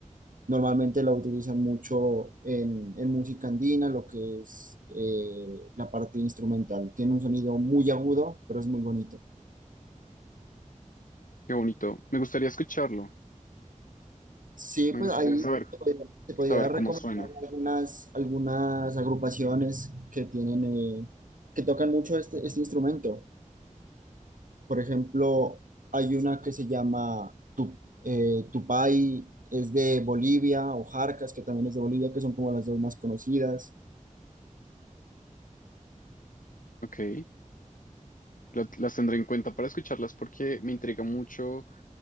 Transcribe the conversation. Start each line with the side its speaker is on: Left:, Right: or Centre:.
Right: Normalmente la utilizan mucho en, en música andina, lo que es eh, la parte instrumental. Tiene un sonido muy agudo, pero es muy bonito.
Left: Qué bonito. Me gustaría escucharlo.
Right: Sí,
Left: Me
Right: pues
Left: gustaría
Right: ahí
Left: saber,
Right: te podría, te podría
Left: saber
Right: recomendar
Left: cómo suena.
Right: algunas, algunas agrupaciones que tienen, eh, que tocan mucho este, este instrumento. Por ejemplo, hay una que se llama Tu- eh, Tupai, es de Bolivia, o Jarcas, que también es de Bolivia, que son como las dos más conocidas.
Left: Ok. la- las tendré en cuenta para escucharlas porque me intriga mucho